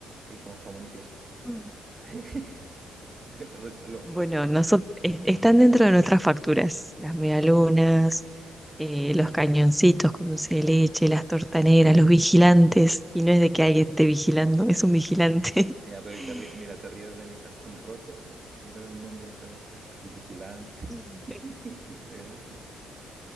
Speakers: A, on the right; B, in the centre.
A: Y con jamón y queso.
B: Mm.
A: <laughs> Eso lo- lo-
B: Bueno, nosotros, están dentro de nuestras facturas. Las medialunas, eh, los cañoncitos con dulce de leche, las tortaneras, los vigilantes. Y no es de que alguien esté vigilando, es un vigilante.
A: Ya, pero
B: <laughs>
A: y te ríe- mira, te ríes de mi calzón roto. eh, Mira los nombres de El Vigilante.
B: Mm.
A: <laughs> Media luna.